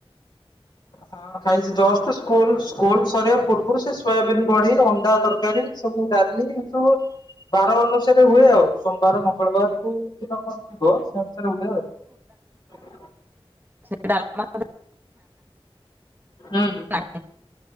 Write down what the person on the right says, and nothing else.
ସେ ଡାଲମା
<unintelligible>